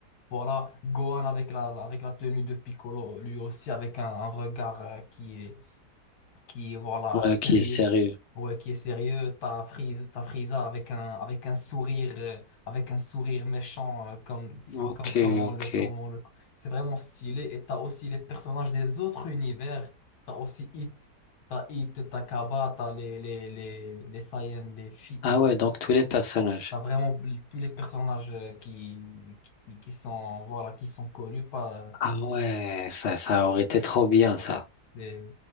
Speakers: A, on the left (about 70°); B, on the left (about 55°).
A: voilà, Gohan avec la, avec la tenue de Piccolo, lui aussi avec un, un regard euh, qui est qui est voilà,
B: Ouais,
A: sérieux.
B: qui est sérieux.
A: Ouais, qui est sérieux, t'as Frieza, t'as Frieza avec un, avec un sourire, euh, avec un sourire méchant, euh, comme,
B: Ok,
A: comme, comme on
B: ok.
A: le, comme on le... C'est vraiment stylé. Et t'as aussi les personnages des autres univers. T'as aussi Hit, t'as Hit, t'as Kaba, t'as les, les, les, les Saiyans, les filles.
B: Ah
A: Les...
B: ouais, donc tous les personnages.
A: T'as vraiment tous les personnages euh, qui, qui, qui sont, voilà, qui sont connus pas
B: Ah ouais, ça, ça aurait été trop bien,
A: Ouais,
B: ça.
A: c'est...